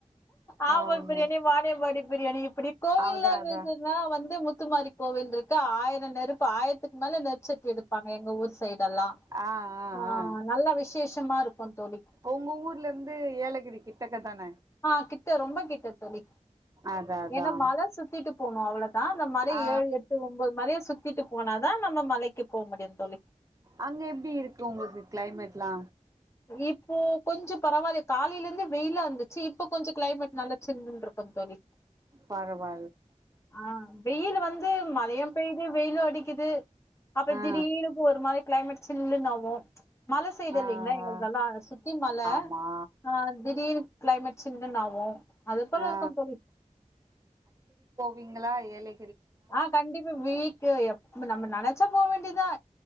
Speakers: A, on the left; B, on the right.
A: ஆம்பூர்
B: ஆமா
A: பிரியாணி வானியம்பாடி பிரியாணி அப்டி கோவில்லன்னு
B: அதா அதா
A: சொன்னா வந்து முத்துமாரி கோவில் இருக்கு ஆயிரம் நெருப்பு ஆயிரத்துக்கு மேல தீச்சட்டி எடுப்பாங்க எங்க ஊர் சைடு எல்லா
B: ஆ ஆ
A: அ
B: ஆ
A: நல்ல விசேஷமா இருக்கு தோழி
B: உங்க ஊர்ல இருந்து ஏலகிரி கிட்டக்க தான
A: அ கிட்ட ரொம்ப கிட்ட தோழி
B: அதா அதா
A: ஏன்னா மல சுத்திட்டு போணு அவ்ளோதா அந்த மல
B: ஆ
A: ஏழு எட்டு ஒன்பது மலைய சுத்திட்டு போணு போனா தா நம்ம மலைக்கு போ முடியு தோழி
B: அங்க எப்டி இருக்கு உங்குளுக்கு கிளைமெட்ல்லா
A: இப்போ கொஞ்ச பரவாயில்ல காலையில இருந்து வெயிலா இருந்துச்சு இப்போ கொஞ்ச கிளைமேட் நல்லா சில்லுனு இருக்கு சூப்பர் தோழி
B: பரவா
A: அ வெயில் வந்து மலையு பெய்து வெயிலு அடிக்குது அப்புறம்
B: ஆ
A: திடீர்னு ஒரு மாதிரி கிளைமேட் சில்லுன்னாவு மல சொடு
B: ஆ
A: இல்லிங்ளா
B: ஆ
A: ல்லாம் சுத்தி மல
B: ஆமா
A: அ திடீர்னு கிளைமேட் சில்லுனுா ஆவு அது போல
B: ஆ
A: இருக்கு தோழி
B: நீங்களா ஏழு
A: அ கண்டிப்பா வீக்கு எப் நம்ம நெனைச்சா போ வேண்டியதுதா